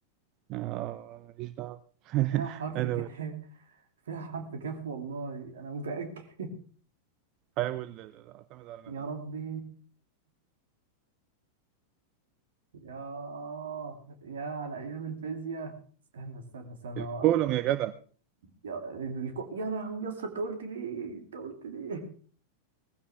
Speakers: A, on the right; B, on the right.
A: آه، ماليش دعوة <laughs>
B: فيها حرف
A: أنا
B: كاف
A: بس
B: <laughs> فيها حرف كاف والله أنا متأكد
A: بحاول أعتمد على
B: <laughs> يا
A: نفسي
B: ربي يا آه يا على أيام الفيزياء استنى استنى استنى
A: الكولوم
B: هو
A: يا جدع
B: يا الكو... يا لهوي يا اسطى أنت قلت ليه؟ أنت قلت ليه؟ <laughs>